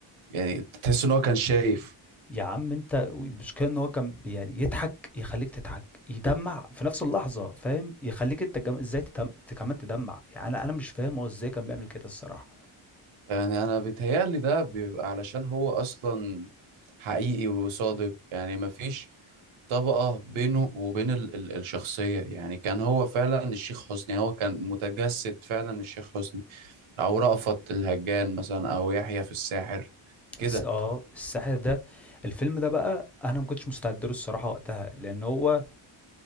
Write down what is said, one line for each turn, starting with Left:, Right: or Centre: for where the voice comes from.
Right: يعني تحس إن هو كان شايف
Centre: يا عم انت مش كان هو كان بي- يعني يضحك يخليك تضحك يدمع في نفس اللحظة فاهم يخليك انت جم... ازاي تتم... كمان تدمع يعني انا انا مش فاهم هو ازاي كان بيعمل كده الصراحة
Right: يعني انا بيتهيألي ده بيبقى علشان هو اصلا حقيقي وصادق يعني مفيش طبقة بينه وبين ال ال الشخصية يعني كان هو فعلا الشيخ حسني يعني هو كان متجسد فعلا الشيخ حسني او رأفت الهجان مثلا او يحيى في الساحر كده
Centre: س- اه الساحر ده الفيلم ده بقى انا ما كنتش مستعد له الصراحه وقتها لان هو